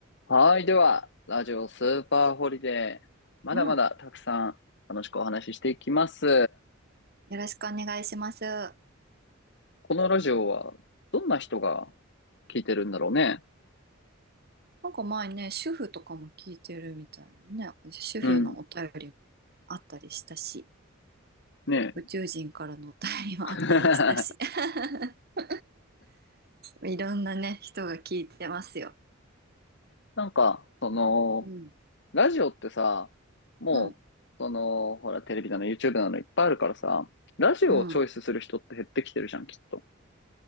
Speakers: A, on the left (about 60°); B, on the right (about 50°).
A: はい。では、ラジオスーパーホリデー。まだまだたくさん楽しくお話ししていきます。
B: うん。よろしくお願いします。な
A: このラジオはどんな人が聞いてるんだろうね。
B: んか前ね、主婦とかも聞いてるみたいなね。主婦のお便りも
A: うん。
B: あったりしたし、
A: ねえ。
B: 宇宙人からのお便りもあったりしたし。
A: <laughs>
B: <laughs> いろんなね、人が聞いてますよ。
A: なんか、その、
B: うん。
A: ラジオってさ、もう、
B: うん。
A: その、ほら、テレビなの、YouTube なのいっぱいあるからさ、ラジオをチョイスする人って減ってきてるじゃん、
B: うん。
A: きっと。